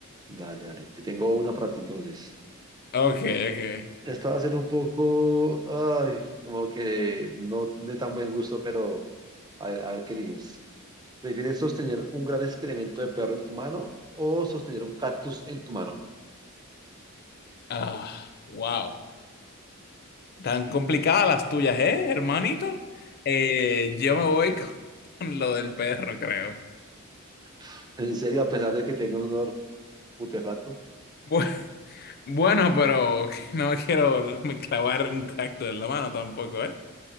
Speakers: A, on the right; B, on the left.
A: Dale, dale. Te tengo una para ti entonces.
B: Ok, ok.
A: Esta va a ser un poco, ay, como que no de tan buen gusto, pero a ver, a ver qué eliges. ¿Prefieres sostener un gran excremento de perro en tu mano o sostener un cactus en tu mano?
B: Ah, wow. Tan complicadas las tuyas, ¿eh, hermanito? Eh, yo me voy con con lo del perro, creo.
A: <laughs> En serio, a pesar de que tengo un olor putefacto,
B: Bu- Bueno, pero <laughs> no me quiero <laughs> clavar un cactus en la mano tampoco, ¿eh?